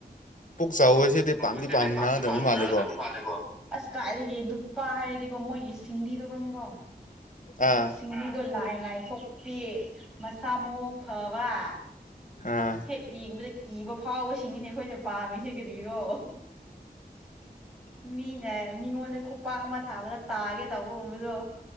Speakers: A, on the left (about 50°); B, in the centre.
A: ꯄꯨꯛ ꯆꯥꯎꯕꯁꯤꯗꯤ
B: ꯝ
A: ꯄꯥꯝꯗꯤ ꯄꯥꯝꯅꯗꯕ ꯃꯥꯜꯂꯦꯀꯣ
B: ꯃꯥꯦꯣ ꯑꯁ ꯀꯥꯏꯗꯒꯤ ꯅꯨꯄꯥ ꯍꯥꯏꯔꯗꯤꯀꯣ ꯃꯣꯏꯒꯤ ꯁꯤꯡꯂꯤꯗꯣ ꯈꯪꯉꯦꯀꯣ
A: ꯑꯥ
B: ꯁꯤꯡꯂꯤꯩꯗꯣ ꯂꯥꯏꯟ ꯂꯥꯏꯟ ꯊꯣꯛꯄꯤ ꯃꯁꯥ ꯃꯎꯡ ꯐꯕ
A: ꯑꯥ
B: ꯍꯦꯛ ꯌꯦꯡꯕꯗ ꯀꯤꯕ ꯐꯥꯎꯕꯁꯤꯡꯅꯤꯅꯦ ꯑꯩꯈꯣꯏꯅ ꯄꯥꯝꯃꯤꯁꯤ ꯔꯤꯔꯣ ꯃꯤꯅꯦ ꯃꯤꯉꯣꯟꯗ ꯈꯨꯄꯥꯛ ꯑꯃ ꯊꯥꯕꯗ ꯇꯥꯒꯦ ꯇꯧꯕꯒꯨꯝꯕꯗꯣ